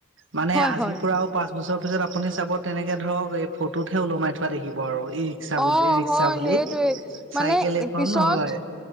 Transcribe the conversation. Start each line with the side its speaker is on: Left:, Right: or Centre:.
Right: মানে
Centre: হয়
Right: আজিৰ
Centre: হয়
Right: পৰাও পাঁচ বছৰৰ পিছত আপুনি চাব, তেনেকে ধৰক এই ফটোতহে ওলমাই থোৱা থাকিব আৰু ই চা
Centre: অ',
Right: বুলি ৰিক্সা
Centre: হয়
Right: বুলি
Centre: সেইটোৱে মানে
Right: চাইকেল এখন
Centre: পিছত
Right: হয়,